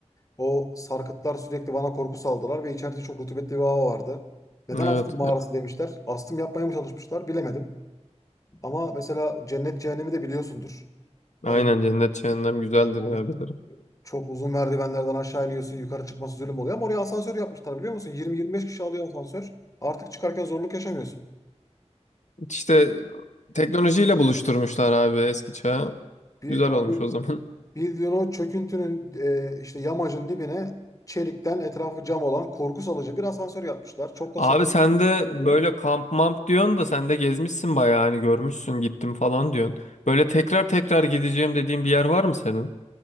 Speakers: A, on the left; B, on the left.
A: O sarkıtlar sürekli bana korku saldılar ve içeride çok rutubetli bir hava vardı. Neden
B: Evet.
A: astım mağarası
B: e,
A: demişler? Astım yapmaya mı çalışmışlar bilemedim. Ama mesela cennet cehennemi de biliyorsundur.
B: Aynen
A: Hani
B: cennet cehennem güzeldir
A: yani
B: ya bilirim.
A: çok uzun merdivenlerden aşağı iniyorsun yukarı çıkması zulüm oluyor ama oraya asansör yapmışlar biliyor musun? 20-25 kişi alıyor asansör. Artık çıkarken zorluk yaşamıyorsun.
B: İşte teknolojiyle buluşturmuşlar abi eski çağı.
A: Bir,
B: Güzel
A: ya
B: olmuş
A: bir,
B: o zaman. <laughs>
A: bildiğin o çöküntünün e, işte yamacın dibine çelikten etrafı cam olan korku salıcı bir asansör yapmışlar. Çok da
B: Abi
A: sağlam
B: sen de
A: olmuyor.
B: böyle kamp mamp diyorsun da sen de gezmişsin bayağı hani görmüşsün gittim falan diyorsun. Böyle tekrar tekrar gideceğim dediğin bir yer var mı senin?